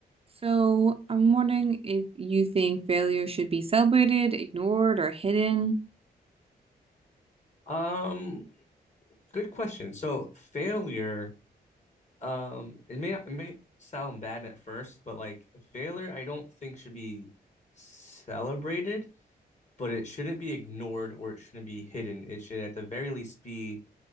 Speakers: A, on the right (about 35°); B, on the left (about 45°).
A: So I'm wondering if you think failure should be celebrated, ignored, or hidden.
B: Um, good question. So failure, um, it may not, it may sound bad at first, but like failure, I don't think should be celebrated, but it shouldn't be ignored or it shouldn't be hidden. It should at the very least be